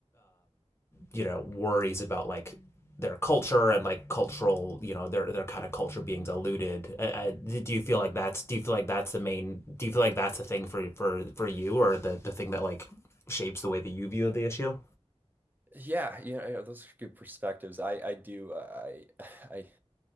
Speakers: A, on the left (about 25°); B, on the right (about 15°).
A: you know worries about like their culture and like cultural you know their their kind of culture being diluted. I, I, do you feel like that's do you feel like that's the main do you feel like that's the thing for for for you or the the thing that like shapes the way that you view the issue?
B: yeah, you know, you know, those are good perspectives. I I do uh, I <laughs> I